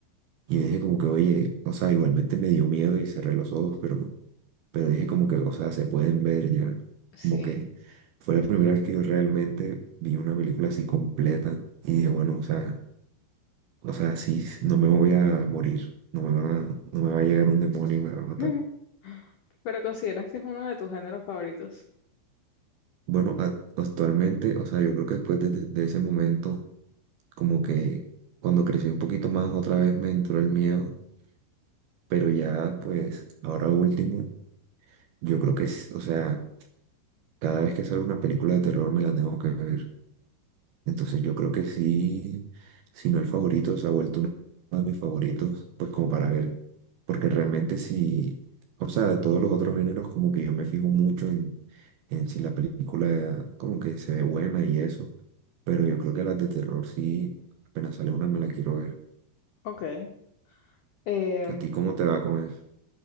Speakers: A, on the right; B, on the left.
A: y yo dije como que, oye, o sea, igualmente me dio miedo y cerré los ojos, pero, pero dije como que, o sea, se pueden ver ya.
B: Sí.
A: Como que fue la primera vez que yo realmente vi una película así completa y dije, bueno, o sea O sea, sí, no me voy a morir, no me va, no me va a llegar un demonio y me va a matar.
B: <laughs> Pero ¿consideras que es uno de tus géneros favoritos?
A: Bueno, a- actualmente, o sea, yo creo que después de, de- ese momento, como que cuando crecí un poquito más, otra vez me entró el miedo, pero ya, pues, ahora último, yo creo que, es- o sea, cada vez que sale una película de terror me la tengo que ver. Entonces yo creo que sí, si no el favorito, se ha vuelto uno de mis favoritos, pues como para ver, porque realmente sí, o sea, de todos los otros géneros como que yo me fijo mucho en, en si la película como que se ve buena y eso, pero yo creo que las de terror sí, apenas sale una me la quiero ver.
B: Ok. Em,
A: ¿A ti cómo te va con eso?